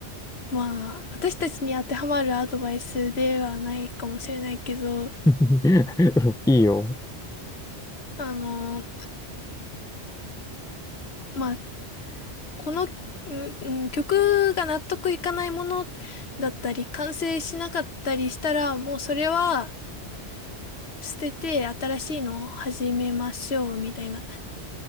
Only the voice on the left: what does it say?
まあ、私たちに当てはまるアドバイスではないかもしれないけど、
あの、まあ、この、うんうん曲が納得いかないものだったり、完成しなかったりしたら、もうそれは捨てて新しいのを始めましょうみたいな。